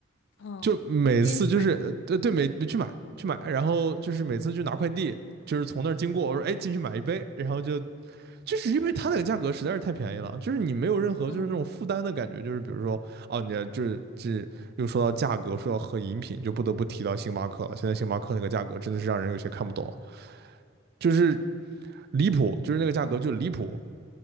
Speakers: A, on the left; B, on the right.
A: 哦，
B: 就每次就是呃对对每去买去买，
A: 天天去买。
B: 然后就是每次去拿快递，就是从那儿经过，我说哎进去买一杯，然后就就是因为它那个价格实在是太便宜了，就是你没有任何就是那种负担的感觉，
A: 嗯，
B: 就是比如说哦你就是这又说到价格，说到喝饮品，就不得不提到星巴克了。现在星巴克那个价格真的是让人有些看不懂了，就是离谱，就是那个价格就离谱，